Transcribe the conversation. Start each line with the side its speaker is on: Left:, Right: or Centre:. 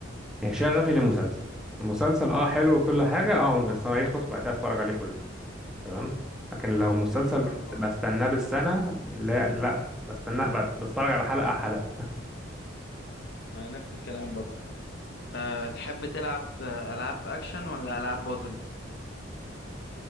Centre: يعني شغفي للمسلسل المسلسل اه حلو وكل حاجة اه ممكن السنة يخلص وبعد كده اتفرج عليه كله تمام لكن لو مسلسل
Left: آه برضو
Centre: بستناه
Left: نفس
Centre: بالسنة لا لا بستناه بت- بتفرج على حلقة حلقة
Left: آه نفس الكلام برضو آه تحب تلعب آه، ألعاب أكشن ولا ألعاب بازل؟